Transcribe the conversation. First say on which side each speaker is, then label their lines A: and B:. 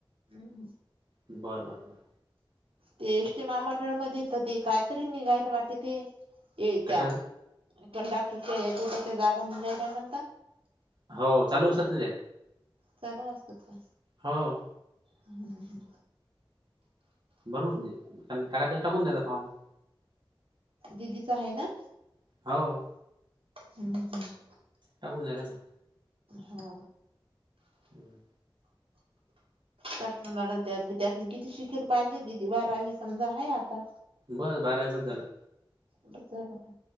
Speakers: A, on the right (about 80°); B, on the right (about 55°).
A: उ हम्म
B: बरं बरं बरं
A: ते एस टी महामंडळमध्येत ते कायतरी निघायल वाटतं ते ये त्या
B: कशाच
A: कंडाक्टरच्या याच्या त्याच्या जागा निघायल्या म्हणता
B: हो चालू असतात ना त्या
A: चालू असतात का?
B: हो.
A: हम्म हम्म हम्म
B: भरून म्हणजे अन टाकायचा त टाकून द्यायचा द्यायचा फॉर्म
A: दिदीच हाये ना?
B: हव
A: हम्म हम्म
B: टाकून दयायच ना
A: हो.
B: हम्म.
A: टाकणं लागलं त्यात बी त्यातनी किती शिकेल पाहिजे दिदी बारावी समजा आहे आता
B: बस बारावी बस झालं.
A: बला <unintelligible>